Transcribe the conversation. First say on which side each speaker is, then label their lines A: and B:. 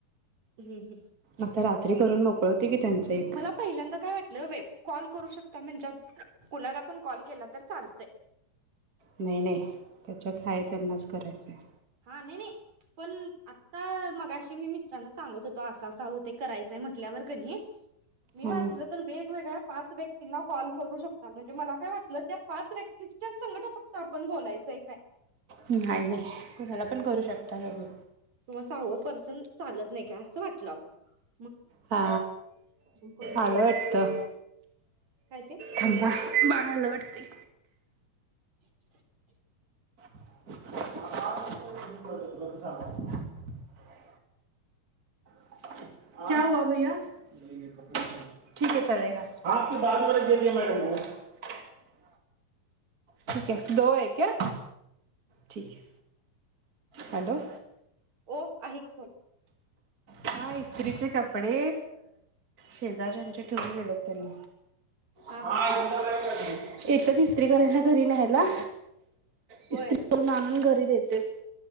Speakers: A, on the right; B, on the right.
A: हं हं
B: आता रात्री करून मोकळ होते की त्यांचं एक
A: मला पहिल्यांदा काय वाटलं कॉल करू शकता म्हणजे कुणाला पण कॉल केला तर चालतय.
B: नाही नाही त्याच्यात आहे त्यांनाच करायचं आहे.
A: हा नाई नाई पण आता मगाशी मी मिस्टरांना सांगत होतो असा असा होते करायचंय म्हटल्यावर कणी मी
B: हा
A: वाचलं तर वेगवेगळा पाच व्यक्तींना कॉल करू शकता. म्हणजे मला काय वाटलं, त्या पाच व्यक्तीच्याच संगट फक्त आपण बोलायचंय काय.
B: हं काय नाही. कुणाला पण करू शकताय भाभी.
A: तर मग सहावं पर्सन चालत नाही काय असं वाटलं अहो.
B: हा
A: करून घ्यावं
B: आलं वाटतं.
A: काय ते
B: थांबा बाळ आलं वाटतंय.
A: <unintelligible>
B: <inaudible> <unintelligible> ठीक हे दो हे क्या ठीक है हॅलो
A: हो आहे की बोला.
B: हा इस्त्रीचे कपडे शेजार्यांचे ठेवून गेलेत त्यांनी.
A: हा
B: <inaudible>
A: हा हा
B: येतात इस्त्री करायला घरी न्यायला. इस्त्री
A: होय
B: करून आणून घरी देतेत.